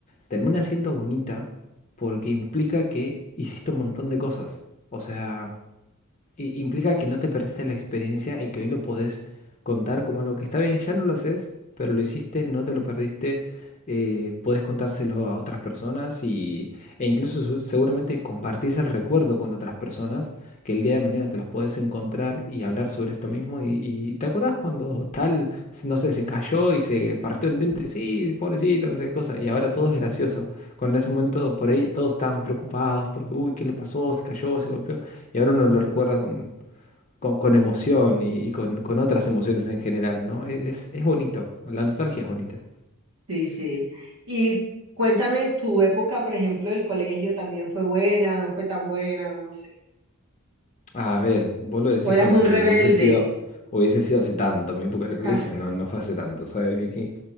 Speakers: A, on the left (about 35°); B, on the right (about 70°).
A: termina siendo bonita porque implica que hiciste un montón de cosas. O sea, i- implica que no te perdiste la experiencia y que hoy lo podés contar como algo que está bien, ya no lo haces, pero lo hiciste, no te lo perdiste, eh, podés contárselo a otras personas y, e incluso su- seguramente compartís el recuerdo con otras personas que el día de mañana te los podés encontrar y hablar sobre esto mismo y, y te acordás cuando tal, no sé, se cayó y se partió un diente, sí, pobrecito, no sé qué cosa, y ahora todo es gracioso. Cuando en ese momento por ahí todos estaban preocupados porque, uy, ¿qué le pasó? Se cayó, se golpeó. Y ahora uno lo recuerda con, con, con emoción y, y con, con otras emociones en general, ¿no? E- Es, es bonito, la nostalgia es bonita.
B: Sí, sí. Y cuéntame, tu época, por ejemplo, del colegio también fue buena o no fue tan buena, no sé.
A: A ver, vos lo decís
B: O eras
A: como
B: un
A: si
B: rebelde.
A: hubiese sido, hubiese sido hace tanto, mi época del colegio,
B: Ja.
A: no, no fue hace tanto, ¿sabes, Vicky?